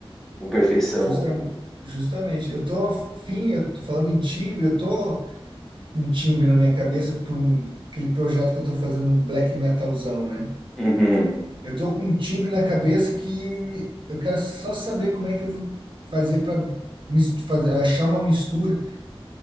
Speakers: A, in the centre; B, on the right (about 55°).
A: com perfeição.
B: justa,
A: o-
B: justamente, eu tô afim, eu tô falando em timbre, eu tô um timbre na minha cabeça por um- aquele projeto que eu tô fazendo black metalzão, né?
A: Uhum,
B: Eu tô com um timbre na cabeça que eu quero só saber como é que eu vou fazer para fazer, achar uma mistura.